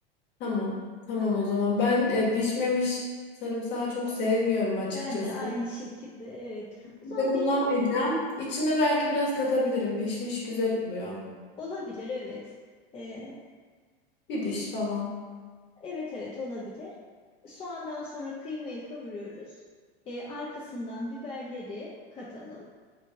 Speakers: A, on the left (about 35°); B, on the left (about 20°).
A: Tamam. Tamam o zaman. Ben e, pişmemiş sarımsağı çok sevmiyorum açıkçası.
B: Ben de aynı <laughs> şekilde evet. O
A: de
B: zaman
A: kullanmayacağım.
B: bir
A: İçine belki biraz katabilirim. Pişmiş güzel oluyor.
B: olabilir evet. E,
A: Bir diş falan.
B: evet evet olabilir. Soğandan sonra kıymayı kavuruyoruz. E, arkasından biberleri katalım.